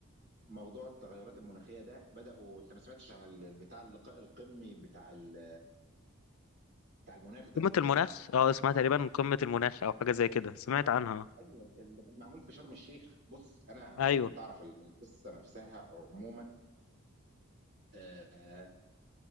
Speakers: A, on the right (about 50°); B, on the left (about 80°).
A: موضوع التغيرات المناخيه ده بداوا انت ما سمعتش عن ال- بتاع اللقاء القمي بتاع ال بتاع المناخ ده
B: قمة المناخ اه اسمها تقريبا قمة المناخ او حاجة زي كده سمعت عنها
A: ايوه اللي كان معمول في شرم الشيخ بص انا عشان
B: ايوه
A: تعرف ال- القصه نفسها عموما آه